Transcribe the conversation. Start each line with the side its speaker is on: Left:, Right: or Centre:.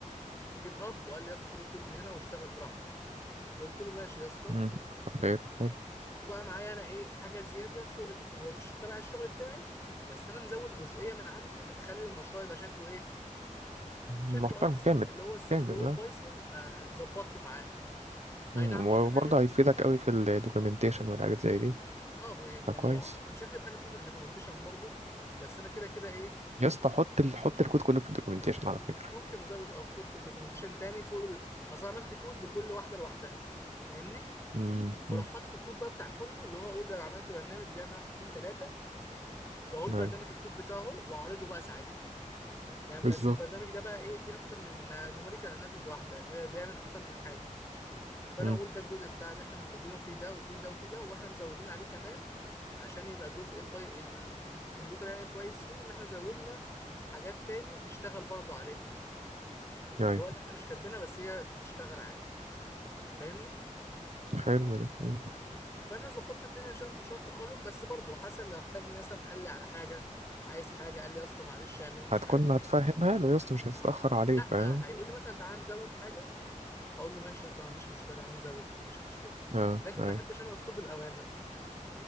Left: جيت هاب وقال لي يا اسطى خد الكود من هنا واشتغل براحتك قلت له ماشي يا اسطى
Right: مم. خير خير
Left: وبقى معايا أنا إيه حاجة زيادة فوق ال... هو في الش- تبع الشغل بتاعي بس أنا مزود جزئية من عندي هتخلي المشروع يبقى شكله إيه شكله
Right: محترم
Left: أحسن
Right: كامل
Left: اللي هو السوفت
Right: كامل
Left: وير بايثون آه، ظبطته معاها
Right: مم،
Left: أي نعم
Right: وبرضه
Left: هو في حاجات
Right: هيفيدك قوي في الدوكيومنتيشن والحاجات زي دي
Left: اه بي- ما
Right: فكويس
Left: هو مش هكتب حاجه فيه في الدوكيومنتيشن برضو بس انا كده كده ايه
Right: يا اسطى حط ال... حط الكود كله في الدوكيومنتيشن على فكرة
Left: ممكن ازود اه كود في الدوكيومنتيشن تاني فوق ال... اصل عملت كود لكل واحده لوحدها فاهمني
Right: امم
Left: فراح حاطط الكود بقى بتاع كله اللي هو اقول ده انا عملت برنامج بيعمل واحد اتنين تلاته واقول برنامج
Right: ايوه
Left: الكود بتاعه واعرضه بقى ساعتها يعني
Right: بالظبط
Left: بس البرنامج ده بقى ايه فيه اكتر من نوميريكال اناليسيز واحده بي- بيعمل اكتر من حاجه فانا
Right: امم
Left: اقول ده الجزء بتاع اللي احنا محتاجينه في ده وفي ده وفي ده واحنا مزودين عليه كمان عشان يبقى جزء البي... الكمبيوتر يعني كويس فيه ان احنا زودنا حاجات تاني تشتغل برضو عليها
Right: ايوه
Left: اللي هو اللي احنا مش كاتبينها بس هي تشتغل عادي فاهمني
Right: حلو ده مم.
Left: فانا ظبطت الدنيا شويه في مشروع التخرج بس برضو حسن لو احتاجني مثلا قال لي على حاجه عايز حاجه قال لي اصلا معلش اعمل مش
Right: هتكون
Left: عارف
Right: هتفهمها
Left: ايه
Right: له يا اسطى مش هتتأخر
Left: هقول
Right: عليه
Left: لا
Right: فاهم
Left: هيقول لي مثلا تعال نزود حاجه هقول له ماشي اصلا ما عنديش مشكله تعال نزود ما عنديش مشكله
Right: اه
Left: لكن
Right: ايوه
Left: ما احبش انا اسلوب الاوامر